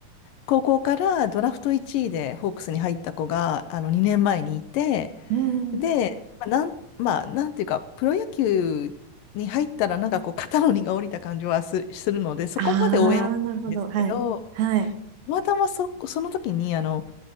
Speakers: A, on the left; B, on the right.
A: 高校からドラフト1位でホークスに入った子が、あの、2年前にいて、
B: うん。
A: で、まあなん、まあ、なんていうか、プロ野球に入ったら、なんかこう、肩の荷が下りた感じはす、するので、そこまで応援はしないんですけど、
B: ああ、なるほど。はい。はい。
A: たまたまそ、その時に、あの、